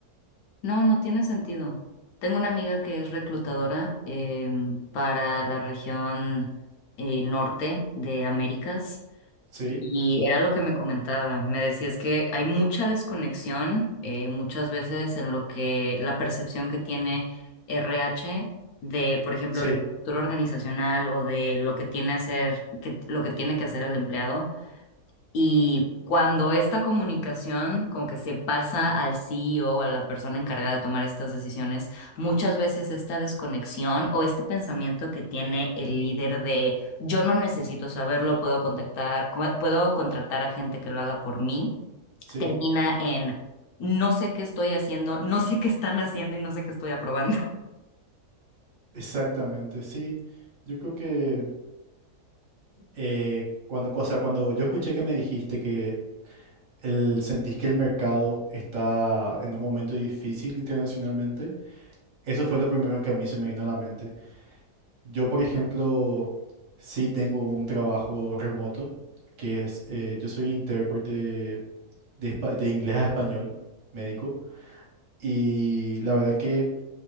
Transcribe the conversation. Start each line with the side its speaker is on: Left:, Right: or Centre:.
Left: No, no tiene sentido. Tengo una amiga que es reclutadora em, para la región eh, norte de Américas.
Right: Sí,
Left: Y era lo que me comentaba, me decía es que hay mucha desconexión eh, muchas veces en lo que la percepción que tiene RH de, por ejemplo,
Right: sí,
Left: la estructura organizacional o de lo que tiene hacer, que, lo que tiene que hacer el empleado y cuando esta comunicación como que se pasa al CEO o o a la persona encargada de tomar estas decisiones, muchas veces esta desconexión o este pensamiento que tiene el líder de yo no necesito saberlo, puedo contactar, cu- puedo contratar a gente que lo haga por mí,
Right: sí,
Left: termina en no sé qué estoy haciendo, no sé qué están haciendo y no sé qué estoy aprobando.
Right: exactamente, sí. Yo creo que eh, cuando, o sea, cuando yo escuché que me dijiste que el, sentís que el mercado está en un momento difícil internacionalmente. Eso fue lo primero que a mí se me vino a la mente. Yo, por ejemplo, sí tengo un trabajo remoto, que es, eh, yo soy intérprete de, espa- de inglés a español, médico, y la verdad que